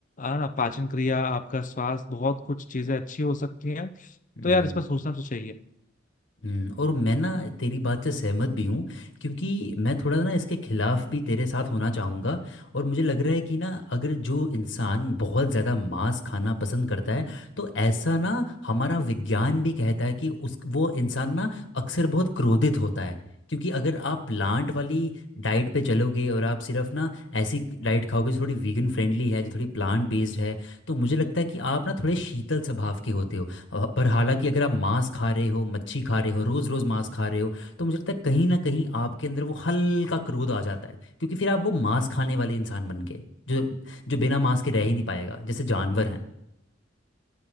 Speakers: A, on the left (about 45°); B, on the left (about 70°).
A: है ना पाचन क्रिया आपका स्वास्थ्य बहुत कुछ चीजें अच्छी हो सकती हैं
B: हम्म
A: तो यार इस पर सोचना तो चाहिए
B: हम्म, और मैं ना तेरी बात से सहमत भी हूँ क्योंकि मैं थोड़ा ना इसके खिलाफ भी तेरे साथ होना चाहूँगा और मुझे लग रहा है कि ना अगर जो इंसान बहुत ज़्यादा मांस खाना पसंद करता है तो ऐसा ना हमारा विज्ञान भी कहता है कि उस वो इंसान ना अक्सर बहुत क्रोधित होता है क्योंकि अगर आप प्लांट वाली डाइट पे चलोगे और आप सिर्फ ना ऐसी डाइट खाओगे जो थोड़ी वीगन फ्रेंडली है जो थोड़ी प्लांट बेस्ड है तो मुझे लगता है कि आप ना थोड़े शीतल स्वभाव के होते हो अ, पर हालांकि अगर आप मांस खा रहे हो मच्छी खा रहे हो रोज़ रोज़ मांस खा रहे हो तो मुझे लगता है कहीं ना कहीं आपके अंदर वो हल्का क्रोध आ जाता है क्योंकि फिर आप वो मांस खाने वाले इंसान बन गए जो जो बिना मांस के रह ही नहीं पाएगा जैसे जानवर हैं